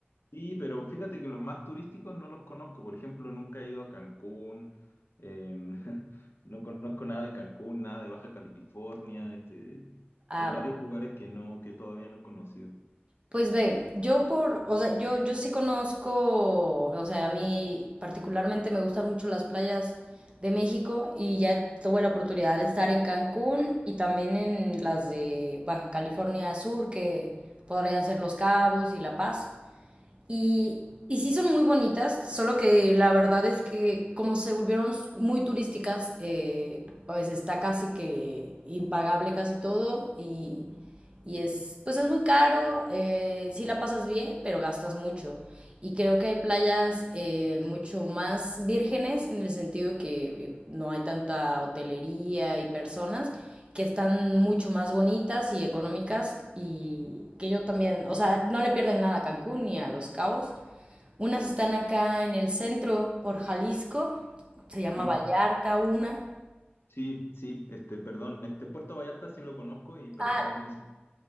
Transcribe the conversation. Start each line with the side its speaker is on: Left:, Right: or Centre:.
Left: Sí, pero fíjate que los más turísticos no los conozco. Por ejemplo, nunca he ido a Cancún, em, <laughs> no conozco nada de Cancún, nada de Baja California. Este,
Right: Ah,
Left: hay varios
Right: bueno.
Left: lugares que no, que todavía no he conocido.
Right: Pues ve, yo por, o sea, yo, yo sí conozco, o sea, a mí particularmente me gustan mucho las playas de México y ya tuve la oportunidad de estar en Cancún y también en las de Baja California Sur, que podrían ser Los Cabos y La Paz. Y, y sí son muy bonitas, solo que la verdad es que como se volvieron muy turísticas, eh, pues está casi que impagable casi todo y y es, pues es muy caro, eh, sí la pasas bien, pero gastas mucho. Y creo que hay playas eh, mucho más vírgenes en el sentido que eh, no hay tanta hotelería y personas que están mucho más bonitas y económicas y que yo también, o sea, no le pierden nada a Cancún ni a Los Cabos. Unas están acá en el centro por Jalisco, se llama
Left: Mm,
Right: Vallarta una.
Left: Sí, sí, este, perdón, este Puerto Vallarta sí lo conozco y per-
Right: Ah,
Left: no lo mencioné.